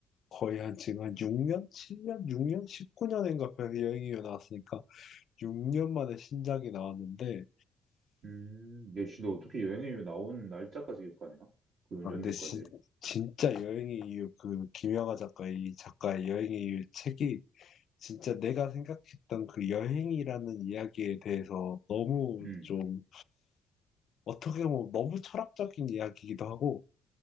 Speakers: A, on the left; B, on the right.
A: 거의 한 지금 한 6년, 7년, 6년, 19년인가 여행의 이유 나왔으니까 6년 만에 신작이 나왔는데
B: 음, 역시 너 어떻게 여행이 나온 날짜까지 기억하냐? 그
A: 아
B: 연도까지.
A: 근데 진, 진짜 여행의 이유 그 김영하 작가의 이 작가의 여행의 이유 책이 진짜 내가 생각했던 그 여행이라는 이야기에 대해서 너무
B: 음,
A: 좀 어떻게 보면 너무 철학적인 이야기이기도 하고,